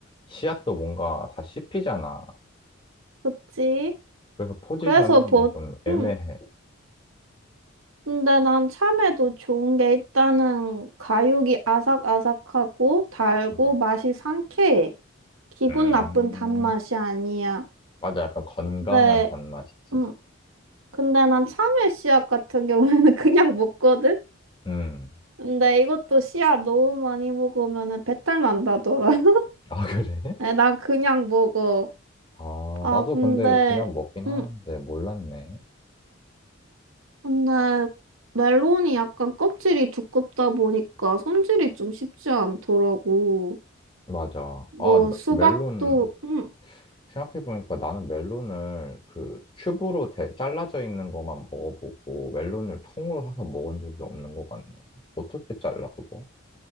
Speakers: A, on the left (about 25°); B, on the right (about 85°).
A: 씨앗도 뭔가 다 씹히잖아.
B: 그치?
A: 그래서 포지션이
B: 그래서 보,
A: 좀 애매해.
B: 응. 근데 난 참외도 좋은 게 일단은 가육이 아삭아삭하고 달고
A: 음,
B: 맛이 상쾌해. 기분
A: 음,
B: 나쁜 단맛이 아니야.
A: 맞아. 약간 건강한
B: 근데,
A: 단맛이지.
B: 응. 근데 난 참외 씨앗 같은 경우에는 <laughs> 그냥 먹거든?
A: 음.
B: 근데 이것도 씨앗 너무 많이 먹으면은 배탈 난다더라. <laughs>
A: 아, <laughs> 그래?
B: 난 그냥 먹어.
A: 아,
B: 아,
A: 나도
B: 근데,
A: 근데 그냥 먹긴
B: 음.
A: 하는데 몰랐네.
B: 근데 멜론이 약간 껍질이 두껍다 보니까 손질이 좀 쉽지 않더라고.
A: 맞아.
B: 뭐
A: 아, 나-
B: 수박도
A: 멜론,
B: 음
A: 생각해보니까 나는 멜론을 그 큐브로 돼- 잘라져 있는 것만 먹어보고 멜론을 통으로 사서 먹은 적이 없는 것 같네. 어떻게 잘라, 그거?